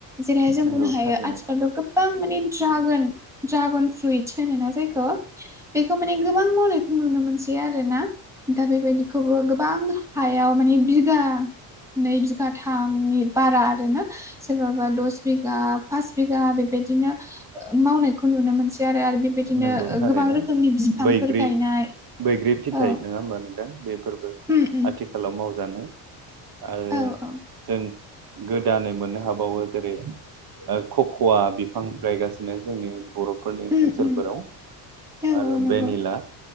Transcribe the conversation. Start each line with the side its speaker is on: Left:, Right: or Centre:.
Centre: जेरैहाय जों
Right: नंगौ
Centre: बुंनो हायो
Right: थारैनो
Centre: आथिखालाव गोबां माने ड्रागोन ड्रागन फ्रुइटस होनो ना जायखौ बेखौ माने गोबां मावनायखौ नुनो मोनसै आरो ना दा बेबायदिखौबो गोबां हायाव मानि बिगा नै बिगाथामनि बारा आरो ना सोरबाबा दस बिगा पास बिगा बेबायदिनो ओ मावनायखौ नुनो मोनसै आरो बेबायदिनो
Right: नंगौ थारैनो
Centre: गोबां रोखोमनि बिफांफोर
Right: बैग्रि
Centre: गायनाय
Right: बैग्रि फिथाइ
Centre: औ
Right: नङा होमबा नों बेफोरबो
Centre: उम उम
Right: आथिखालाव मावजानाय आरो
Centre: औ औ
Right: जों गोदानै मोननो हाबावो जेरै खख'वा बिफां गायगासिनो जोंनि बर' फोरनि
Centre: उम
Right: ओनसोलफोराव
Centre: उम औ
Right: आरो
Centre: औ नंगौ
Right: भेनिला